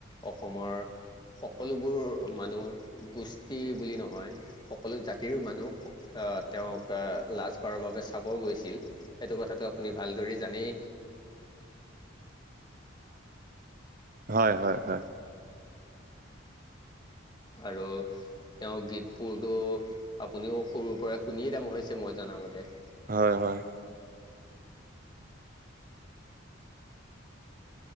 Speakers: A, on the left; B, on the right.
A: অসমৰ সকলোবোৰ মানুহ গোষ্ঠী বুলি নহয় সকলো জাতিৰো মানুহ তেওঁক লাষ্টবাৰৰ বাবে চাব গৈছিল। সেইটো কথাটো আপুনি ভালদৰে জানেই।
B: হয় হয় হয়।
A: আৰু তেওঁৰ গীত বোৰতো আপুনিও সৰুৰ পৰা শুনিয়েই ডাঙৰ হৈছে মই জানো। শুনামতে।
B: হয় হয়।